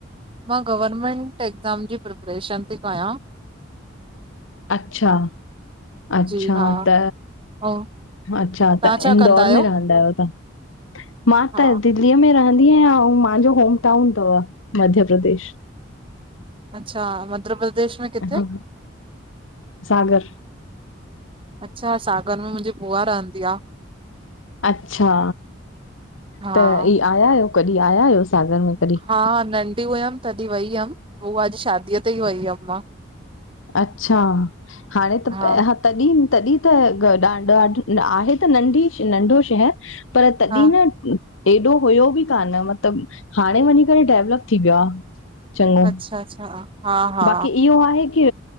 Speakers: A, on the right; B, on the left.
A: मां गवर्मेंट एक्ज़ाम जी प्रिपरेशन थी कयां
B: अच्छा अच्छा
A: जी हा
B: त
A: ऐं
B: अच्छा
A: तव्हां
B: त
A: छा
B: इंदौर
A: कंदा आहियो?
B: में रहंदा आहियो तव्हां मां
A: हा
B: त हिते दिल्लीअ में रहंदी आहियां ऐं मुंहिंजो होमटाउन अथव मध्य प्रदेश
A: अच्छा मध्य प्रदेश में किथे
B: हा सागर
A: अच्छा सागर में मुंहिंजी बुआ रहंदी आहे
B: अच्छा
A: हा
B: त ई आया आहियो कॾहिं आया आहियो सागर में कॾहिं?
A: हा नंढी हुयमि तॾहिं वई हुअमि ॿुआ जी शादीअ ते ई वई हुयमि मां
B: अच्छा हाणे त <unintelligible>
A: हा
B: तॾहिं तॾहिं त ॾा ॾाढ आहे त नंढी नंढो शहर पर तॾहिं
A: हा
B: न एॾो हुयो बि कान मतिलब हाणे वञी करे डेवलप थी वियो आहे चङो।
A: अच्छा अच्छा हा हा
B: बाक़ी इहो आहे की